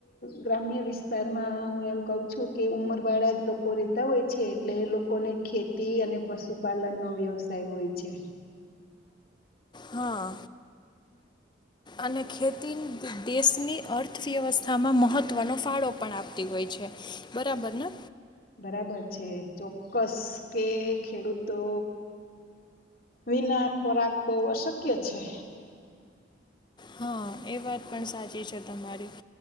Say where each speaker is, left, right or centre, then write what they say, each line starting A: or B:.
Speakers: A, on the left; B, on the left.
A: ગ્રામ્ય વિસ્તારમાં હું એમ કઉ છું કે ઉંમર વાળા જ લોકો રેતા હોય છે એટલે એ લોકોને ખેતી અને પશુપાલનનો વ્યવસાય હોય છે.
B: હા અને ખેતી દેશની અર્થવ્યવસ્થામાં મહત્વનો ફાળો પણ આપતી હોય છે બરાબર ને.
A: બરાબર છે ચોક્કસ કે ખેડૂતો વિના ખોરાક બઉ અશક્ય છે.
B: હા એ વાત પણ સાચી છે તમારી